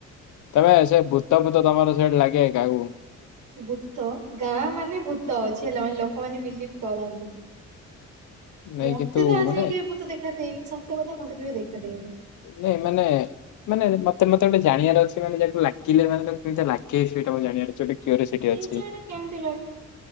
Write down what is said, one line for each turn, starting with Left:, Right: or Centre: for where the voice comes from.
Left: ତମେ ସେ ଭୂତ ଫୂତ ତମର ସିଆଡ଼େ ଲାଗେ କାହାକୁ।
Right: ଭୂତ ଗାଁ ମାନେ ଭୂତ ଅଛି ହେଲା ମାନେ ଲୋକମାନେ ବିଲିଭ କରନ୍ ତି,
Left: ନାଇଁ
Right: ମତେ
Left: କିନ୍ତୁ
Right: ତ ଆଜି
Left: ମାନେ
Right: ଯାଏଁ କେବେ ଭୂତ୍ ଦେଖାଦେଇନି ସତ କଥା ମତେ କେବେ ଦେଖା ଦେଇନି।
Left: ନାଇ ମାନେ ମାନେ ମ ମ ମତେ ଗୋଟେ ଜାଣିବାର ଅଛି ମାନେ ଯଦି ଲାଗିଲେ ମାନେ ତାକୁ କେମିତି ଲାଗେ ସେଇଟା ମତେ ଜାଣିବାର ଅଛି ଗୋଟେ। କ୍ୟୁରିସିଟି
Right: କେଜାଣି
Left: ଅଛି।
Right: କେମିତି ଲାଗେ?